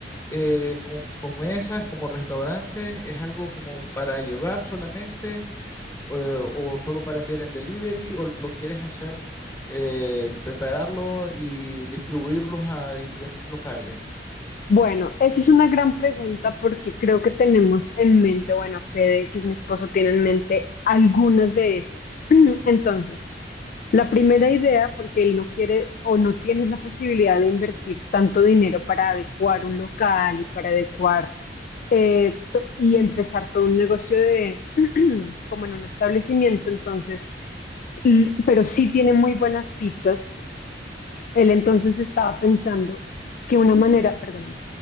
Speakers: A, on the left; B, on the left.
A: eh, con, con mesas, como restaurante? ¿Es algo como para llevar solamente eh, o solo para enviar en delivery? ¿O lo quieres hacer, eh, prepararlo y distribuirlos a diferentes locales,
B: Bueno, esa es una gran pregunta porque creo que tenemos en mente, bueno, Fede, que es mi esposo, tiene en mente algunas de esas. <clears throat> Entonces, La primera idea, porque él no quiere o no tiene la posibilidad de invertir tanto dinero para adecuar un local y para adecuar eh, to- y empezar todo un negocio de <clears throat> como en un establecimiento, entonces, l- pero sí tiene muy buenas pizzas. Él entonces estaba pensando que una manera, perdóname,